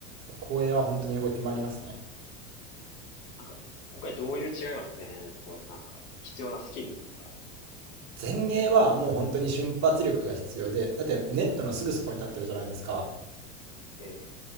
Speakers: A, on the right; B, on the left.
A: 後衛は本当に動き回りますね。
B: なんか、今回どういう違いがあるんですかねとこうやってなんか、必要なスキルとか。
A: 前衛はもう本当に瞬発力が必要で、だってネットのすぐそこに立ってるじゃないですか。
B: え